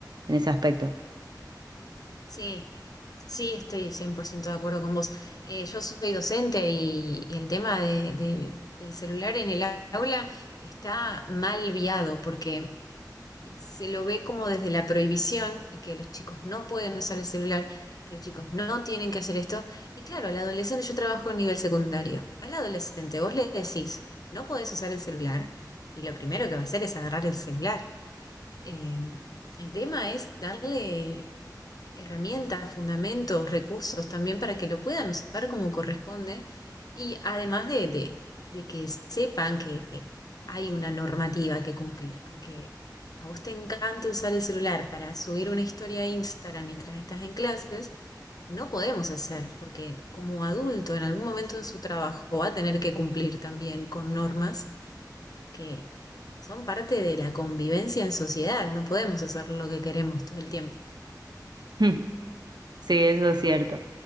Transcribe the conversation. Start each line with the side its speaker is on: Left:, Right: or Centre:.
Right: en ese aspecto.
Left: Sí, sí, estoy 100% de acuerdo con vos. Eh, yo soy docente y, y el tema de- de- del celular en el aula está mal viado porque se lo ve como desde la prohibición y que los chicos no pueden usar el celular, que los chicos no tienen que hacer esto. Y claro, al adolescente, yo trabajo en nivel secundario, al adolescente vos le decís, no podés usar el celular y lo primero que va a hacer es agarrar el celular. Eh, el tema es darle herramientas, fundamentos, recursos también para que lo puedan usar como corresponde y además de, de- de que sepan que hay una normativa que cumplir. Aunque a vos te encante usar el celular para subir una historia a Instagram mientras estás en clases, no podemos hacer, porque como adulto en algún momento en su trabajo va a tener que cumplir también con normas que son parte de la convivencia en sociedad, no podemos hacer lo que queremos todo el tiempo.
Right: <laughs> Sí, eso es cierto.